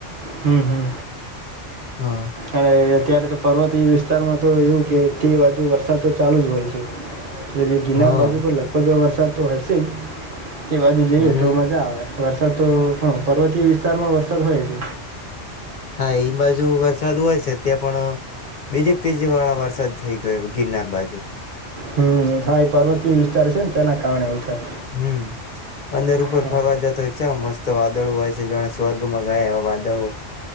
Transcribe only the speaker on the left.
હા
હા
હમ
હા એ બાજુ વરસાદ હોય છે ત્યાં પણ બીજીે એક ત્રીજી વાળા વરસાદ થઈ ગયો ગિરનાર બાજુ.
હમ અંદર ઉપર
ફરવા જતા હોય ચ મસ્ત વાદળો હોય છે જાણે સ્વર્ગમાં ગયા એવા વાદળો